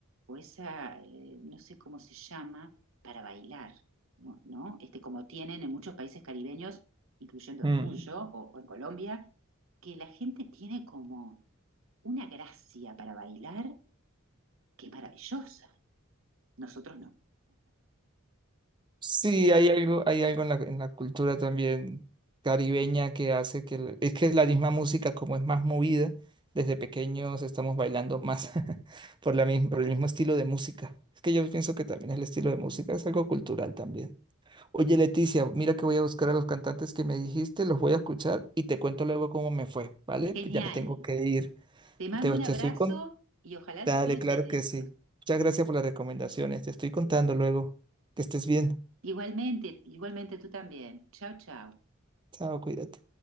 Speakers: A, on the right; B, on the right.
A: o esa, eh, no sé cómo se llama, para bailar, ¿no? ¿no? Este, como tienen en muchos países caribeños, incluyendo
B: Mm.
A: el Mm. tuyo o, o en Colombia, que la gente tiene como una gracia para bailar que es maravillosa. Nosotros no.
B: Sí, hay algo, hay algo en la, en la cultura también caribeña que hace que... el- Es que la misma música, como es más movida, desde pequeños estamos bailando más <laughs> por la mis- por el mismo estilo de música. Es que yo pienso que también el estilo de música es algo cultural también. Oye, Leticia, mira que voy a buscar a los cantantes que me dijiste, los voy a escuchar y te cuento luego cómo me fue, ¿vale?
A: Genial.
B: Ya me tengo que ir.
A: Te mando
B: Te,
A: un
B: te
A: abrazo
B: estoy con...
A: y ojalá
B: Dale,
A: disfrutes
B: claro
A: de
B: que
A: eso.
B: sí. Muchas gracias por las recomendaciones. Te estoy contando luego. Que estés bien.
A: Igualmente, igualmente tú también. Chao, chao.
B: Chao, cuídate.